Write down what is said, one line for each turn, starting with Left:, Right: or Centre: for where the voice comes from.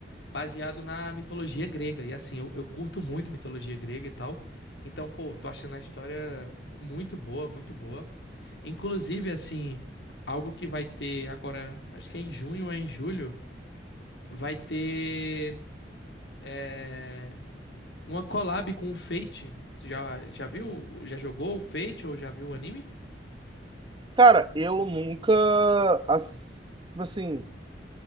Left: baseado na mitologia grega, e assim, eu, eu curto muito mitologia grega e tal. Então, pô, tô achando a história muito boa, muito boa. Inclusive, assim, algo que vai ter agora, acho que é em junho ou é em julho, vai ter é, uma collab com o Fate. Já, já viu? Já jogou o Fate ou já viu o anime?
Right: Cara, eu nunca, ass- assim,